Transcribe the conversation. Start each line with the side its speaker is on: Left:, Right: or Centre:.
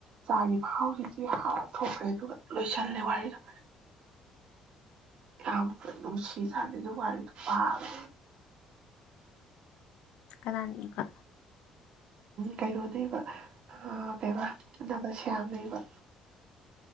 Right: ꯆꯥꯒꯤ ꯃꯍꯥꯎꯁꯤꯗꯤ ꯍ ꯊꯣꯛꯑꯦ ꯑꯗꯨꯒ ꯂꯣꯏꯁꯤꯜꯂꯦ ꯋꯥꯔꯤꯗꯣ ꯌꯥꯝ ꯅꯨꯡꯁꯤ ꯁꯥꯟꯅꯩ ꯑꯗꯨ ꯋꯥꯔꯤꯗꯣ ꯄꯥꯕ
Left: ꯀꯗꯥꯅꯤ ꯏ ꯐ
Right: ꯀꯩꯅꯣꯅꯦꯕ ꯀꯩ ꯑꯥꯟꯅꯕꯁ ꯌꯥꯝ ꯂꯩꯕ